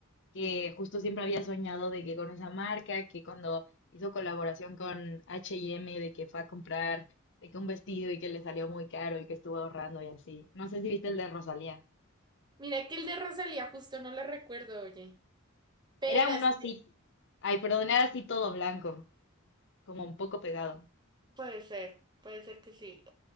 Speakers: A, on the left; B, on the right.
A: que justo siempre había soñado de que con esa marca, que cuando hizo colaboración con H&M, de que fue a comprar, de que un vestido y que le salió muy caro y que estuvo ahorrando y así. No sé si viste el de Rosalía.
B: mira que el de Rosalía justo no lo recuerdo, oye, pero
A: Era uno
B: es
A: así,
B: que
A: ay, perdón, era así todo blanco, como un poco pegado.
B: puede ser, puede ser que sí.